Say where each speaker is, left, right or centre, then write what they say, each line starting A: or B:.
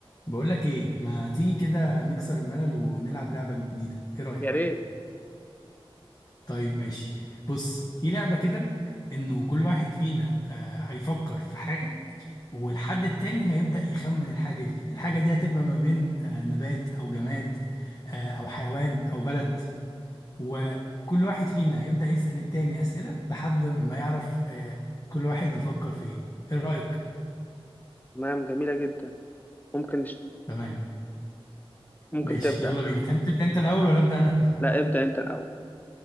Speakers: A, on the left; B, on the left.
A: بقولك ايه ما تيجي كده نكسر الملل ونلعب لعبة جديدة ايه رأيك
B: يا ريت
A: طيب ماشي بص في لعبة كده انه كل واحد فينا آه هيفكر في حاجة والحد التاني هيبدأ يخمن الحاجة دي الحاجة دي هتبقى ما بين آه نبات او جماد آه او حيوان او بلد وكل واحد فينا هيبدأ يسأل التاني أسئلة لحد ما يعرف آه كل واحد بيفكر في ايه ايه رأيك
B: نعم جميلة جدا ممكن
A: تمام
B: ممكن
A: ماشي
B: تبدأ
A: يلا بينا تحب تبدأ انت الأول ولا أبدأ انا
B: لا ابدأ أنت الأول